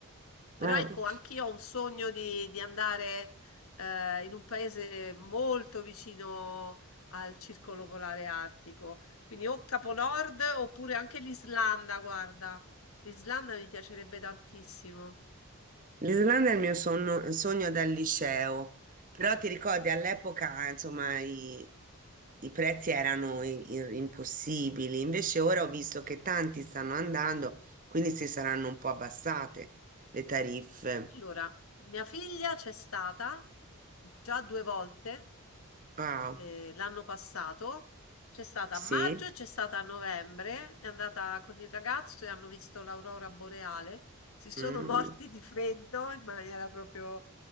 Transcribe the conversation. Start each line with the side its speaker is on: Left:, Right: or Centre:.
Left: Però
Right: Eh.
Left: ecco, anch'io ho un sogno di, di andare eh, in un paese molto vicino al circolo polare artico, quindi o Capo Nord oppure anche l'Islanda, guarda. L'Islanda mi piacerebbe tantissimo.
Right: L'Islanda è il mio sonno- sogno dal liceo, però ti ricordi all'epoca, insomma, i- i prezzi erano i- i- impossibili. Invece ora ho visto che tanti stanno andando, quindi si saranno un po' abbassate le tariffe.
Left: Allora, mia figlia c'è stata già due volte
Right: Wow,
Left: eh, l'anno passato, c'è stata
Right: sì.
Left: a maggio e c'è stata a novembre, è andata con il ragazzo e hanno visto l'aurora boreale, si sono
Right: Mm,
Left: <laughs> morti di freddo in maniera proprio...